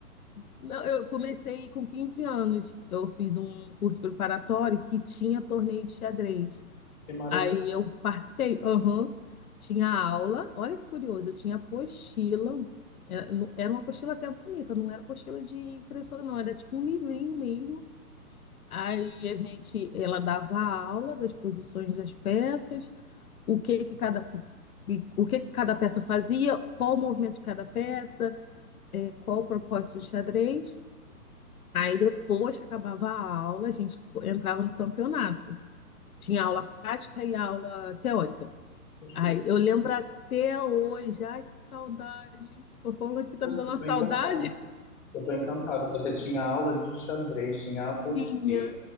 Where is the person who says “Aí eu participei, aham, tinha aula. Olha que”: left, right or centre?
Left